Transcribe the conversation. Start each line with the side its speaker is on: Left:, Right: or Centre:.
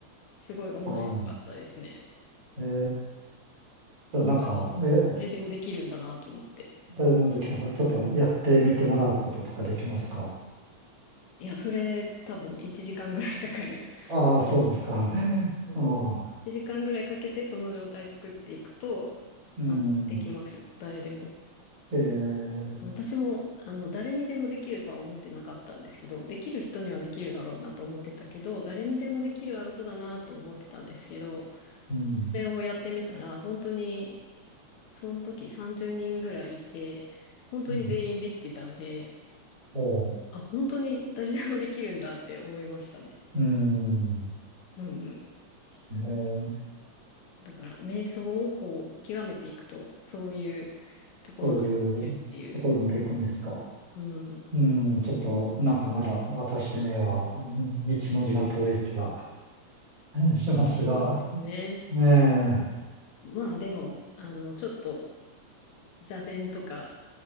Left: すごい面白かったですね。
Right: はい。ええじゃあなんか、
Left: 本当に誰でもできるんだなと思って。
Right: え誰でもできなかった。ちょっとやってみてもらうこととかできますか
Left: いや、それ多分1時間ぐらい <laughs> かかる。
Right: ああ、そうですか。
Left: <laughs>
Right: <laughs>
Left: そうそう。
Right: ああ、
Left: 1時間ぐらいかけてその状態作っていくと、
Right: うん。
Left: あの、できますよ。誰でも。
Right: えー、
Left: 私も、あの、誰にでもできるとは思ってなかったんですけど、できる人にはできるだろうなと思ってたけど、誰にでもできるは嘘だなと思ってたんですけど、
Right: うん。
Left: それをやってみたら、本当に、その時30人ぐらいいて、本当に全員できてたんで、
Right: うん。おう、
Left: あ、本当に誰でもできるんだって思いましたね。
Right: うん。
Left: うんうん。
Right: えー、
Left: だから、瞑想をこう、極めていくと、そういうところまでいるっていう。
Right: そういうところまで行くんですか
Left: うん。
Right: うん。ちょっと、なんかまだ私には、うん道のりが遠い気はうんしますが、
Left: そうですね。
Right: ええ
Left: まあ、でも、あの、ちょっと、座禅とか